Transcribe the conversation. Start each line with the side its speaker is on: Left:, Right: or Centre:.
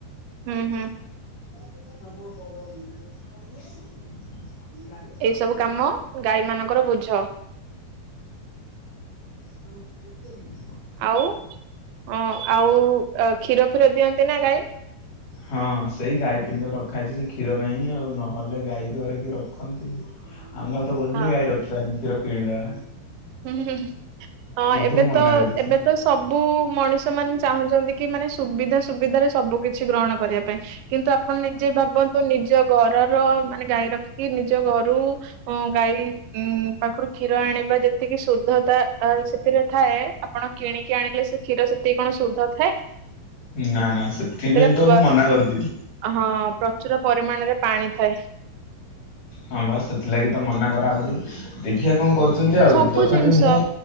Right: ହୁଁ ହୁଁ।
Left: <unintelligible> ଇଆଡେ ହଁ।
Right: ଏଇ ସବୁ କାମ ଗାଈ ମାନଙ୍କର ବୁଝ।
Left: <unintelligible>
Right: ଆଉ ହ ଆଉ କ୍ଷୀର ଫିର ଦିଅନ୍ତି ନା ଗାଈ।
Left: ହଁ ସେଇ ଗାଈ ତିନିଟା ରଖା ହେଇଛି ସେଇ କ୍ଷୀର ପାଇଁ ହିଁ ଆଉ ନହେଲେ ଗାଈ। ଘରେ କିଏ ରଖନ୍ତି ଆମ ଘରେ ତ କହୁଛନ୍ତି
Right: ହଁ
Left: ଗାଈ ରଖିବାନି କ୍ଷୀର କିଣିଦବା।
Right: ହୁଁ ହୁଁ ହ
Left: କିନ୍ତୁ
Right: ଏବେ
Left: ମୁଁ ମନା
Right: ତ
Left: କରୁଛି।
Right: ଏବେ ତ ସବୁ ମଣିଷ ମାନେ ଚାହୁଁଛନ୍ତି। କି ମାନେ ସୁବିଧା ସୁବିଧାରେ ସବୁ କିଛି ଗ୍ରହଣ କରିବା ପାଇଁ କିନ୍ତୁ ଆ ଆପଣ ନିଜେ ଭାବନ୍ତୁ ନିଜ ଘରର ମାନେ ଗାଈ ରଖିକି ନିଜ ଘରୁ। ଓ ଗାଈ ଉ ପାଖରୁ କ୍ଷୀର ଆଣିବା ଯେ ତିକି ଶୁଦ୍ଧତା ଆ ସେଥିରେ ଥାଏ ଆପଣ କିଣିକି ଆଣିଲେ ସେ କ୍ଷୀର ସେତିକି କଣ ଶୁଦ୍ଧ ଥାଏ।
Left: ନା ନା ସେଥିପାଇଁ
Right: ସେଥିରେ
Left: ତ
Right: ପ
Left: ମୁଁ ମନା କରୁଛି।
Right: ହଁ ପ୍ରଚୁର ପରିମାଣରେ ପାଣି ଥାଏ।
Left: ହଁ ବାସ ସେଥିଲାଗି ତ ମନା କରାହେଉଛି। ଦେଖିବା କଣ କରୁଛନ୍ତି ଆଉ
Right: ସବୁ
Left: ତଥାପି
Right: ଜିନିଷ
Left: ମୁଁ